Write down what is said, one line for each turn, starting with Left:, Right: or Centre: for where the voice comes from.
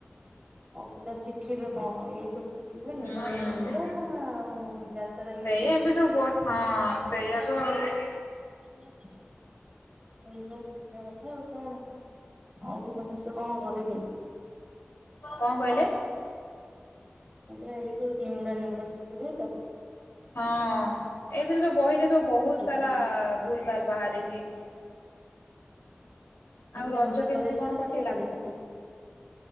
Right: ଆଉ ପିଲା ଶିଖିବେ କଣ ଏଇ ସବୁ ଶିଖିବେ
Left: ହଁ
Right: ନିମ୍ବୁଡା
Left: ହୁଁ
Right: ନିମ୍ବୁଡା ଆଉ ଜା ସେରା
Left: ସେଇଆ
Right: ଗୀତ
Left: ଏବେ ସବୁ ହଁ ସେଇଆକୁ ଆଉ
Right: <unintelligible> ହୁଁ ହୁଁ ଆଲି ମାନ ସେ କଣ କରିବେ?
Left: କଣ କହିଲେ?
Right: ମୁଁ <unintelligible> ଏଇ ସବୁ ନିମୁଡା ନିମୁଡା ଶିଖିବେତ
Left: ହଁ ଏଇଥିରେ ସବୁ ବହିରେ ସବୁ ବହୁତ
Right: ଗୀତ
Left: ସାରା ଭୁଲ ଭାଲ ବାହାରିଛି। ଆଉ
Right: ମୁଖ୍ୟମନ୍ତ୍ରୀ
Left: ରଜ କେମିତି
Right: କରଛନ୍ତି
Left: କଣ କଟିଲା
Right: କିଏ କରେଇଛନ୍ତି।